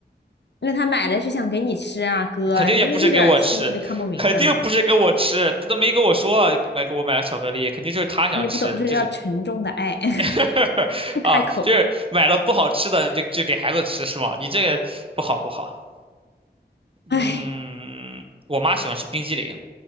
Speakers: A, on the left; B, on the right.
A: 那他买的是想给你吃啊，哥，
B: 肯定也不是给我吃，
A: 你是一点儿心意都看不明白呢，
B: 肯定不是给我吃，她都没跟我说买给我买了巧克力，肯定就是她想吃，
A: 你不懂，这叫沉重的爱，
B: 就是 <laughs>
A: <laughs> 不开口。
B: 啊，就是买了不好吃的就就给孩子吃是吗？你这个不好不好。
A: 唉，
B: 嗯，我妈喜欢吃冰激凌，